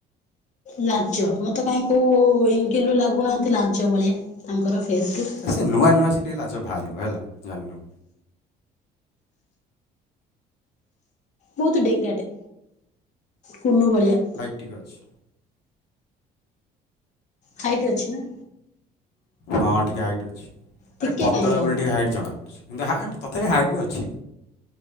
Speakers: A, on the left (about 45°); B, on the left (about 80°).
A: ଲାଜ ମତେ କାହିଁ କୋଉ ଏଙ୍ଗଲ ରୁ ଲାଗୁନାହାଁନ୍ତି ଲାଜ ଭଳିଆ ତାଙ୍କର ଫେସ ରୁ।
B: ଏ ସେ ନୂଆ ନୂଆ ସେଠି ହେଲେ ଆଜ ବାହାରିବ ହେଲା ଜାନ।
A: ବହୁତ ଡେଙ୍ଗାଟେ କୁନୁ ଭଳିଆ।
B: ଠିକ୍ ଅଛ।
A: ହାଇଟ ଅଛି ନା?
B: ହଁ ଟିକି ହାଇଟ୍ ଅଛି,
A: ଟିକେ
B: ଆରେ ପତଳା
A: କାହିଁକି ହବ
B: ବୋଲି ଟିକେ ହାଇଟ୍ ଜଣାପଡ଼ୁଛି, କିନ୍ତୁ ହାଇଟ୍ ତଥାପି ହାଇଟ୍ ବି ଅଛି।